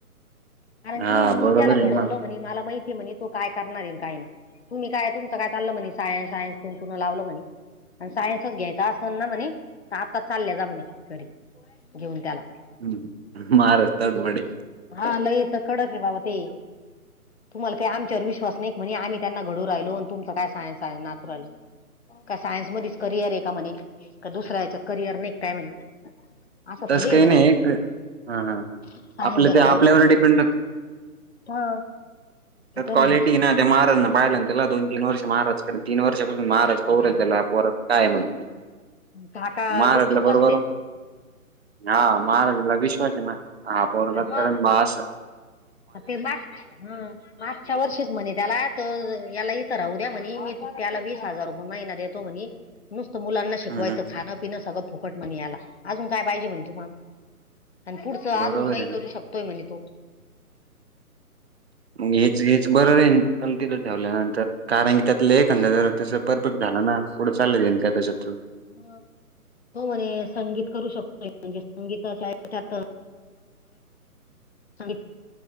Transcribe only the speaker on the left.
कारण
की मी
त्याला घडवलं
म्हणे मला माहिती म्हणे तो काय करणारेन काय नाही तु् काय तुमचं काय चाललं म्हणे सायन्स, सायन्स तुन, तून लावलं म्हणे आणि सायन्सच घ्यायचा असेल ना म्हणे आताच चालल्या जा म्हणे घरी घेऊन त्याला
हा लयेत कडक रे बाबा ते तुम्हाला काही आमच्यावर विश्वास नाही म्हणजे आम्ही त्यांना घडू राहिलो तुमचा काय सायन्स, सायन्स नाचू राहिलो का सायन्स मधच करियर आहे का म्हणे का दुसऱ्या या्याच्यात करिअर नाही काय म्हणे असं
थोडी आहे
म्हणे
सायन्स
घेतल्यावरच
हा मग त्यांनी
हा.
काका
गुपचुप
बसले
मग
ते माग मागच्या वर्षीच म्हणे त्याला तर याला इथं राहू द्या म्हणे मी त्याला वीस हजार रुपये महिनात देतो म्हणे नुसतं मुलांना शिकवायचं
खाण खान सगळं फुकट म्हणे याला अजून काय पाहिजे म्हण तुम्हाला आणि पुढचं अजून
काही
करू शक तोय म्हणे तो
हम होो म्हणे संगीत करू शकतोय म्हणजे संगीताच्या च्यात संी